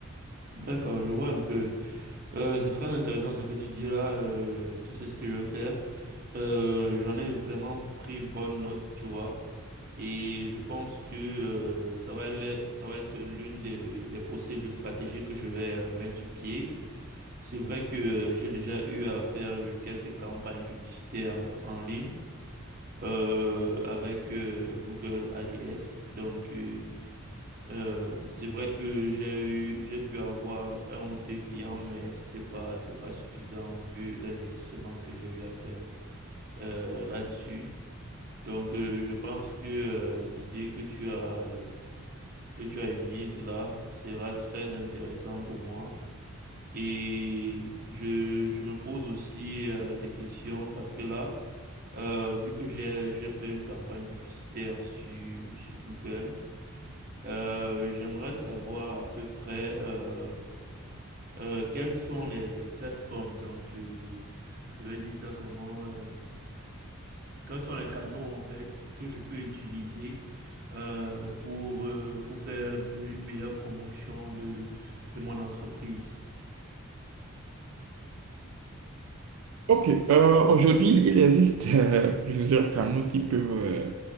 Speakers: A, on the right; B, on the right.
A: d'accord, je vois un peu. Euh, c'est très intéressant ce que tu dis là. euh, tu sais ce que je veux faire. Euh, j'en ai vraiment pris bonne note, tu vois. Et je pense que euh, ça va l'être- ça va être l'une des, des possibles stratégies que je vais euh, mettre sur pied. C'est vrai que euh, j'ai déjà eu à faire euh, quelques campagnes publicitaires euh, en ligne euh, avec euh, Google ADS. Donc, euh, euh, c'est vrai que j'ai eu, j'ai pu avoir un ou deux clients, mais c'était pas, c'est pas suffisant vu l'investissement que j'ai eu à faire euh, là-dessus. Donc, euh, je pense que euh, l'idée que tu as, euh, que tu as émise là sera très intéressante pour moi. Et je, je me pose aussi euh, des questions parce que là, euh, vu que j'ai, j'ai fait une campagne publicitaire sur, sur Google, euh, j'aimerais savoir à peu près euh, euh, quelles sont les, les plateformes. Donc, euh, je vais dire ça comment. euh, quels sont les canaux en fait que je peux utiliser euh, pour euh, pour faire une meilleure promotion de de mon entreprise.
B: OK. euh, aujourd'hui, il existe euh, plusieurs canaux qui peuvent euh,